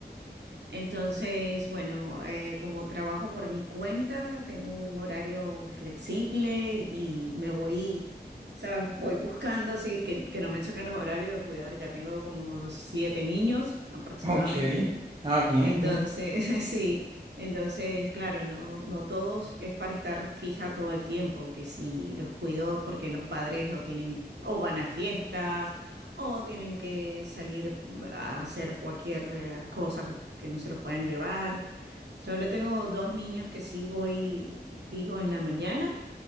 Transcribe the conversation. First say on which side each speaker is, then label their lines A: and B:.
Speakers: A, on the right; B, on the right.
A: Entonces, bueno, eh, como trabajo por mi cuenta, tengo un horario flexible y me voy, ¿sabes? Voy buscando así que, que no me choquen los horarios de cuidar. Ya tengo como siete niños aproximadamente.
B: Ok. Ah, bien,
A: Entonces,
B: bien.
A: <laughs> sí, entonces, claro, no, no todos es para estar fija todo el tiempo, que si los cuido porque los padres o tienen, o van a fiestas, o tienen que salir a hacer cualquier eh, cosa que no se los puedan llevar. Solo tengo dos niños que sí voy fijo en la mañana